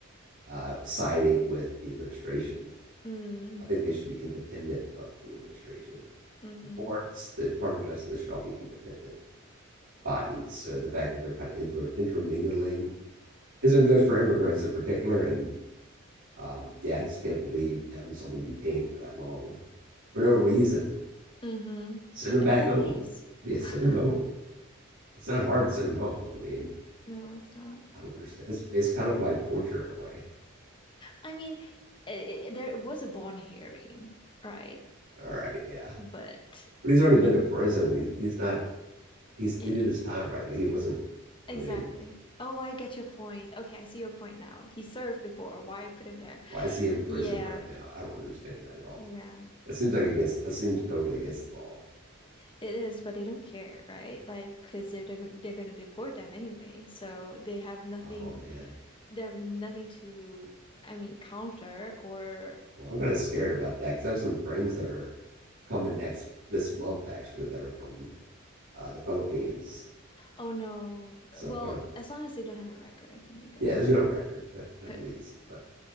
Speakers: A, on the right (about 60°); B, on the left (about 25°).
A: uh, siding with the administration
B: Mm,
A: i think they should be independent of the administration
B: mm-hmm.
A: the courts the department of justice they should all be independent bodies so the fact that they're kind of inter- intermingling isn't good for immigrants in particular and Um, yeah, I just can't believe having someone detained for that long for no reason.
B: Mm-hmm.
A: Send them back
B: And who
A: home.
B: pays?
A: Yeah, send
B: <laughs>
A: them home. It's not hard to send them home. I mean,
B: No, it's not.
A: I don't understand. It's, it's kind of like torture in a way.
B: I mean, i i there was a bond hearing, right?
A: All right, yeah.
B: But
A: But he's already
B: I
A: been
B: mean,
A: to prison. He's, he's not, he's,
B: yeah,
A: he did his time right. Like he wasn't,
B: exactly.
A: I mean,
B: Oh, I get your point. Okay, I see your point now. He served before. Why put him there?
A: why is he imprisoned
B: Yeah,
A: right now? I don't understand that at all.
B: yeah,
A: That seems like against, that seems totally against the law.
B: it is, but they don't care, right? Like, because they're they're they're gonna deport them anyway, so they have nothing.
A: Oh, man.
B: They have nothing to, I mean, counter or
A: Well, I'm kind of scared about that because I have some friends that are coming next this month actually that are from uh, the Philippines.
B: oh no.
A: Some
B: Well,
A: kind of
B: as long as they don't have a record, I think they're good.
A: yeah. There's no record at, at
B: Cool.
A: least, but